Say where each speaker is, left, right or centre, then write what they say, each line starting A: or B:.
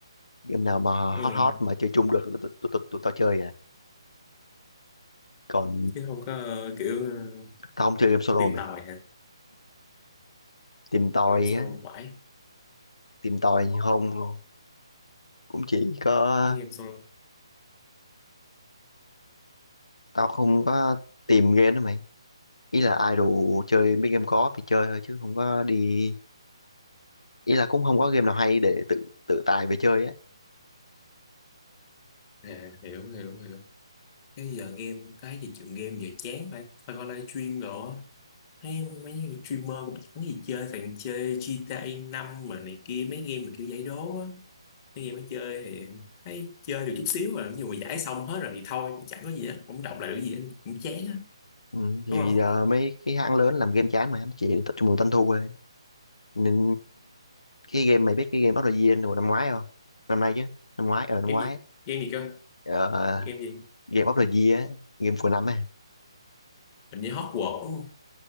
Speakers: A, on the left; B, on the left.
A: game nào mà
B: ừ.
A: hot hot mà chơi chung được là tụi tụi tụi tụi tao chơi à còn
B: chứ không có ờ, kiểu ờ,
A: tao không chơi game solo
B: tìm
A: mày
B: tòi hả
A: tìm tòi
B: rồi solo
A: á
B: quải
A: tìm tòi không luôn cũng chỉ có
B: cái game solo
A: tao không có tìm game đó mày ý là ai đủ chơi mấy game có thì chơi thôi chứ không có đi ý là cũng không có game nào hay để tự tự tài về chơi á
B: à, hiểu hiểu hiểu cái giờ game cái gì chuyện game giờ chán phải tao coi livestream đồ á. thấy mấy người streamer cũng chẳng gì chơi thằng chơi GTA 5 mà này kia mấy game mà kiểu giải đố á Khi em mới chơi thì thấy chơi được chút xíu rồi, nhưng mà giải xong hết rồi thì thôi, cũng chẳng có gì hết, cũng động lại được gì hết, cũng chán á,
A: ừ, thì
B: đúng không?
A: giờ mấy cái hãng lớn làm game chán mà nó chỉ tập trung vào doanh thu thôi nên cái game mày biết cái game Battle Royale hồi năm ngoái không năm nay chứ năm ngoái ở năm
B: Game
A: ngoái
B: gì?
A: á.
B: Game gì cơ?
A: Ờ,
B: Game gì?
A: game of the year á, game của năm á
B: Hình như Hogwarts đúng không?